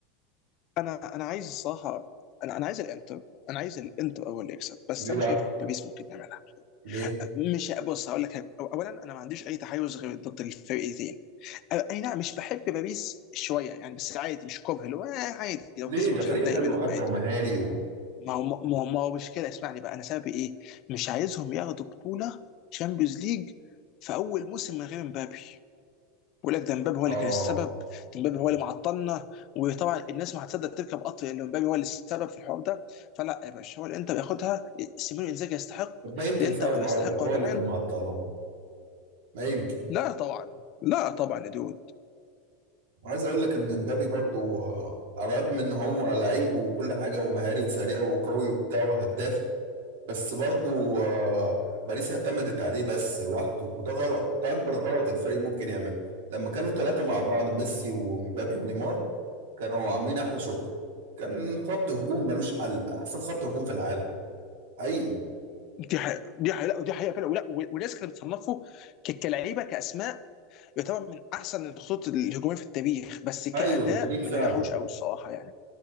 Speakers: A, on the left; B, on the right.
A: انا انا عايز الصراحه انا انا عايز الانتر انا عايز الانتر اول اللي يكسب بس
B: ليه
A: انا
B: بقى؟
A: شايف باريس ممكن يعملها
B: ليه؟
A: مش بص هقول لك حاجة. أو- اولا انا ما عنديش اي تحيز غير ضد الفرقتين أ- اي نعم مش بحب باريس شويه يعني بس عادي مش كره اللي هو آه، عادي لو
B: ليه
A: كسبوا
B: ده
A: مش
B: فريق
A: هتضايق
B: حلو
A: منهم
B: حتى
A: عادي
B: ومهاري و...
A: ما هو ما هو ما هو مش كده اسمعني بقى انا سببي ايه مش عايزهم ياخدوا بطوله شامبيونز ليج في اول موسم من غير مبابي بقول لك ده مبابي هو
B: اه
A: اللي كان السبب ده مبابي هو اللي معطلنا وطبعا الناس ما هتصدق تركب قطر اللي مبابي هو اللي السبب في الحوار ده فلا يا باشا هو الانتر ياخدها سيمينو انزاجي يستحق
B: طب ما يمكن
A: الانتر
B: فعلا
A: يستحق
B: هو
A: هو
B: هو
A: كمان
B: اللي كان معطلهم ما يمكن
A: لا طبعا لا طبعا يا دود
B: وعايز اقول لك ان مبابي برضو آه، على الرغم ان هو لعيب وكل حاجه ومهاري وسريع وقوي وبتاع وهداف بس برضو آه، باريس اعتمدت عليه بس لوحده وده غلط ده اكبر غلط الفريق ممكن يعمله لما كانوا ثلاثة مع بعض ميسي ومبابي ونيمار كانوا عاملين احلى شغل كان خط هجوم ملوش حل احسن خط هجوم في العالم حقيقي
A: دي حقيقة دي حقيقة لا ودي حقيقة فعلا ولا وناس كانت بتصنفه ك- كلعيبة كأسماء يعتبر من احسن الخطوط الهجوميه في التاريخ بس كاداء
B: ايوه في التاريخ
A: ما
B: فعلا
A: نجحوش قوي الصراحه يعني